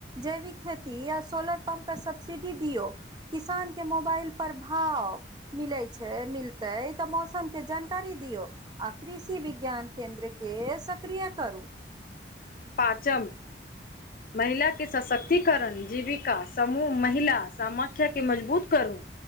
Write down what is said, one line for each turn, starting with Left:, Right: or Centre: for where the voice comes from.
Right: जैविक खेती या सोलर पम्प पे सब्सिडी दियौ। किसान के मोबाइल पर भाव मिलै छै, मिलतै तऽ मौसम के जानकारी दियौ। आ कृषि विज्ञान केन्द्र के सक्रिय करू।
Left: पाचम महिलाके सशक्तिकरण, जीविका, समूह महिला समाख्या के मजबूत करू।